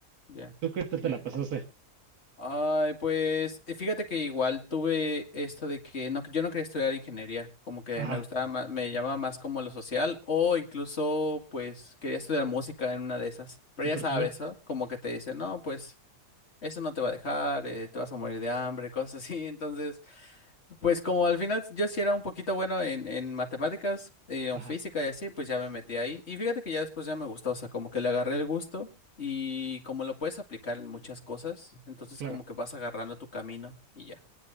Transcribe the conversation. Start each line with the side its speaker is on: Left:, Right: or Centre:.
Left: Ya,
Right: ¿Tú qué tal
Left: ya.
Right: te la pasaste?
Left: Ay, pues eh, fíjate que igual tuve esto de que no, yo no quería estudiar ingeniería, como que
Right: Ajá,
Left: me gustaba más, me llamaba más como lo social o incluso pues quería estudiar música en una de esas. Pero
Right: súper
Left: ya sabes,
Right: cool.
Left: ¿no? Como que te dicen, no, pues eso no te va a dejar, eh, te vas a morir de hambre, cosas así. <laughs> Entonces, pues como al final yo sí era un poquito bueno en, en matemáticas, eh, en
Right: Ajá,
Left: física y así, pues ya me metí ahí. Y fíjate que ya después ya me gustó, o sea, como que le agarré el gusto y como lo puedes aplicar en muchas cosas, entonces
Right: claro.
Left: como que vas agarrando tu camino y ya.